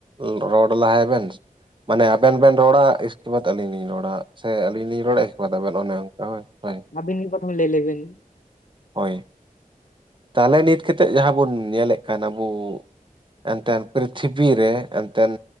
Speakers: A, on the right; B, on the left.
A: ᱨᱚᱲ ᱞᱟᱦᱟᱭ ᱵᱮᱱ ᱾ ᱢᱟᱱᱮ ᱟᱵᱮᱱ ᱵᱮᱱ ᱨᱚᱲᱟ ᱤᱥᱠᱮ ᱵᱟᱫᱽ ᱟᱞᱤᱧ ᱞᱤᱧ ᱨᱚᱲᱟ ᱥᱮ ᱟᱞᱤᱧ ᱞᱤᱧ ᱨᱚᱲᱟ ᱵᱟᱫᱽ ᱟᱵᱮᱱ ᱚᱱᱮ ᱚᱱᱠᱟ ᱦᱳᱭ ᱦᱳᱭ
B: <inaudible> ᱟᱵᱤᱱ ᱜᱤ ᱯᱨᱚᱛᱚᱢ ᱞᱟᱹᱭ ᱞᱮᱵᱮᱱ ᱾
A: ᱦᱳᱭ ᱛᱟᱦᱚᱞᱮ ᱱᱤᱛ ᱠᱟᱛᱮᱜ ᱡᱟᱦᱟᱸ ᱵᱚᱱ ᱧᱮᱞᱮᱜ ᱠᱟᱱ ᱟᱵᱩ ᱮᱱᱛᱮᱱ ᱯᱨᱤᱛᱷᱤᱵᱤ ᱨᱮ ᱮᱱᱛᱮᱱ